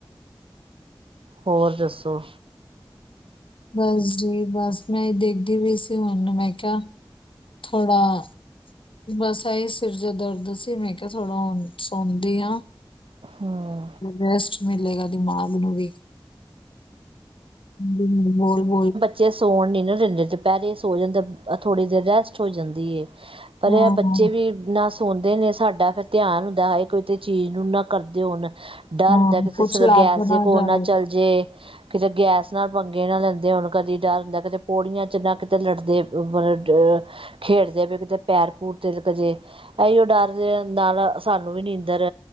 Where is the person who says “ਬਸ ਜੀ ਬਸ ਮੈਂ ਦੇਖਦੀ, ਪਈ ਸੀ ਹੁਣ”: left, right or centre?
Left